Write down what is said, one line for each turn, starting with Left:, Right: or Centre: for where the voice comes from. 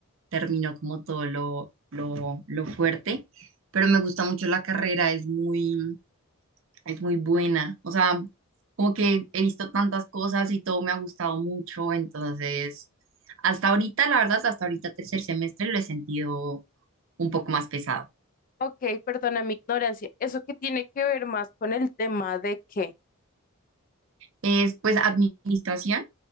Right: terminó como todo lo, lo, lo fuerte, pero me gusta mucho la carrera, es muy, es muy buena, o sea, como que he visto tantas cosas y todo me ha gustado mucho, entonces, hasta ahorita, la verdad, hasta ahorita tercer semestre lo he sentido un poco más pesado.
Left: Ok, perdona mi ignorancia. ¿Eso qué tiene que ver más con el tema de qué?
Right: Es pues administración,